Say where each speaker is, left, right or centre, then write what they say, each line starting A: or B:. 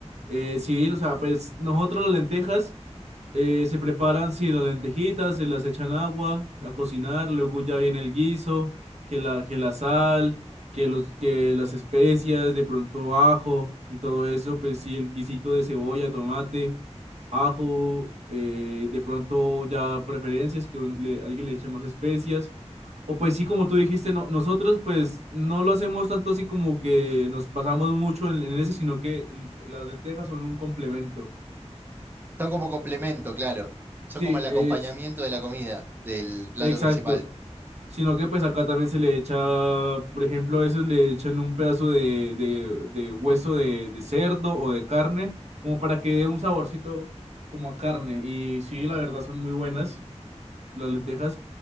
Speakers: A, on the right (about 70°); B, on the right (about 15°).
A: Eh, sí, o sea, pues nosotros las lentejas. Eh, se preparan, sí, las lentejitas, se las echan agua a cocinar, luego ya viene el guiso, que la, que la sal, que los, que las especias, de pronto ajo y todo eso, pues sí, el guisito de cebolla, tomate, ajo, eh, de pronto ya preferencias, que un- le- alguien le echa más especias. O pues sí, como tú dijiste, no, nosotros pues no lo hacemos tanto así como que nos basamos mucho en, en ese, sino que el- las lentejas son un complemento.
B: Son como complemento, claro. Son
A: Sí,
B: como el acompañamiento
A: es
B: de la comida, del plato
A: exacto.
B: principal.
A: Sino que pues acá también se le echa, por ejemplo, a veces le echan un pedazo de, de, de hueso de, de cerdo o de carne, como para que dé un saborcito como a carne. Y sí, la verdad son muy buenas las lentejas.